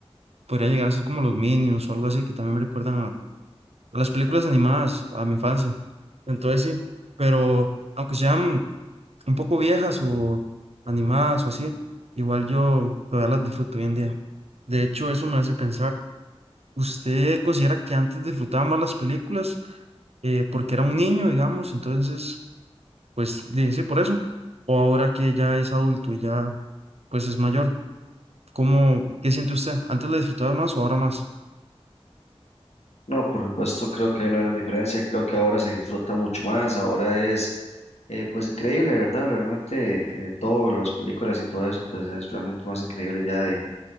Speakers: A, on the right (about 70°); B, on the left (about 75°).
A: podría llegar a ser como los Minions o algo así, que también me recuerdan a, a las películas animadas, a mi infancia. Entonces sí, pero aunque sean un poco viejas o animadas o así, igual yo todavía las disfruto hoy en día. De hecho, eso me hace pensar, ¿usted considera que antes disfrutaba más las películas eh, porque era un niño, digamos? Entonces pues di- sí, por eso. O ahora que ya es adulto y ya pues es mayor, ¿cómo, qué siente usted? ¿Antes la disfrutaba más o ahora más?
B: No, por supuesto, creo que hay una gran diferencia. Creo que ahora se disfruta mucho más. Ahora es, eh, pues, increíble, ¿verdad? Realmente, eh, todas las películas y todo eso, pues, es realmente más increíble ya de,